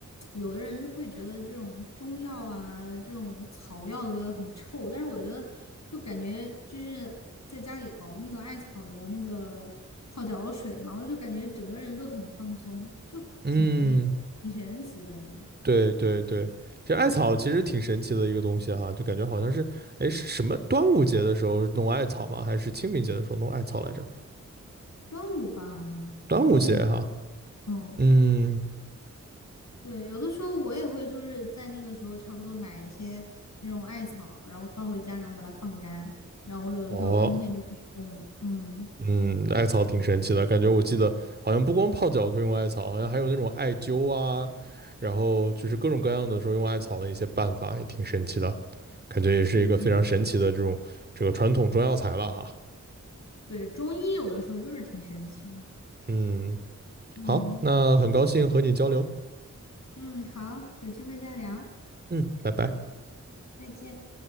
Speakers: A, on the left; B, on the right.
A: 有的人会觉得这种中药啊，这种草药的味道很臭，但是我觉得就感觉就是在家里熬那个艾草的那个泡脚水嘛，我就感觉整个人都很放松，就挺那个挺神奇的感觉。
B: 嗯，对对对，这艾草其实挺神奇的一个东西哈，就感觉好像是，哎，是什么端午节的时候弄艾草吗？还是清明节的时候弄艾草来着？
A: 端午吧，好像端午，
B: 端午节哈。
A: 嗯。
B: 嗯，
A: 对，有的时候我也会就是在那个时候差不多买一些那种艾草，然后放回家，然后把它放干，然后我有的时候冬天就可以用了。
B: 哦，
A: 嗯
B: 嗯，艾草挺神奇的，感觉我记得好像不光泡脚可以用艾草，好像还有那种艾灸啊，然后就是各种各样的说用艾草的一些办法，也挺神奇的，感觉也是一个非常神奇的这种这个传统中药材了哈。
A: 嗯，对，中医有的时候就是挺神奇的。
B: 嗯，
A: 嗯
B: 好，那很高兴和你交流，
A: 嗯，好，有机会再聊，
B: 嗯，拜拜。
A: 再见。